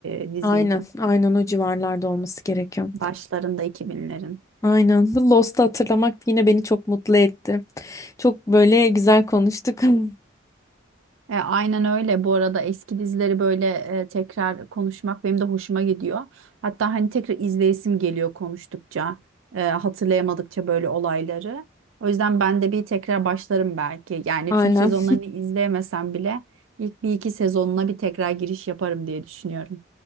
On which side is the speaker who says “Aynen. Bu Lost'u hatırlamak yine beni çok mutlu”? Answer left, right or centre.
Left